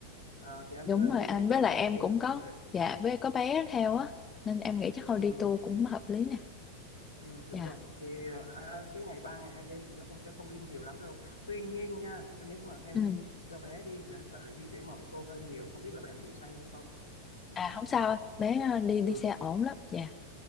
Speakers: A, on the left; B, on the left.
A: À, thì anh
B: đúng
A: sẽ
B: rồi
A: giới
B: anh
A: thiệu cho
B: với
A: em
B: lại
A: cái
B: em
A: công ty
B: cũng có
A: du lịch.
B: dạ với có bé theo á nên em nghĩ chắc thôi
A: Ừ.
B: đi tour cũng hợp lý nè
A: Ừ, đúng
B: dạ
A: rồi thì ờ, à, à, cái ngày ba ngày hai đêm thì nó cũng sẽ không đi nhiều lắm đâu tuy nhiên nha nếu mà em
B: ừ
A: cho bé đi thì anh sợ là di chuyển bằng ô tô hơi nhiều không biết là bé có bị say hay không
B: à không sao anh bé ờ, đi đi
A: ừ,
B: xe ổn lắm dạ